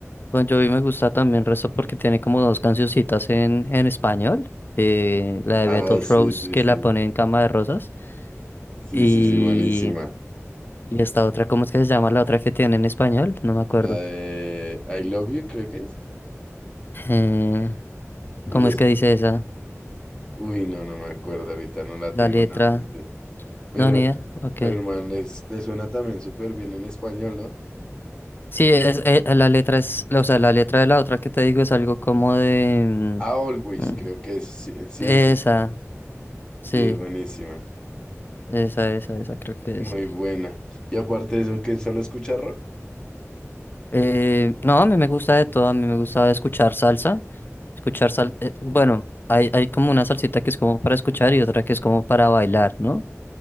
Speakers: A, on the left (about 40°); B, on the left (about 20°).
A: Bon Jovi me gusta también resto porque tiene como dos cancioncitas en, en español. eh, la de
B: Ah,
A: Beto
B: sí,
A: Rose
B: sí,
A: que
B: sí,
A: la pone en Cama de Rosas.
B: sí,
A: Y,
B: sí, sí, buenísima.
A: y esta otra, ¿cómo es que se llama la otra que tiene en español? No me acuerdo.
B: La de I Love You creo que es,
A: Eh,
B: pero
A: ¿cómo es
B: es,
A: que dice esa?
B: uy, no, no me acuerdo ahorita, no la
A: La
B: tengo
A: letra.
B: en la mente. Pero,
A: No, ni idea. Ok.
B: pero el man, les, les suena también súper bien en español, ¿no?
A: Sí, es, eh, la letra es, o sea, la letra de la otra que te digo es algo como de...
B: A Always
A: mm, mm,
B: creo que es sie- siempre.
A: esa, sí,
B: Sí, es buenísima,
A: esa, esa, esa creo que
B: muy
A: es.
B: buena. Y aparte de eso, que solo escucha rock.
A: Eh, no, a mí me gusta de todo, a mí me gusta escuchar salsa, escuchar sal, eh, bueno, hay, hay como una salsita que es como para escuchar y otra que es como para bailar, ¿no?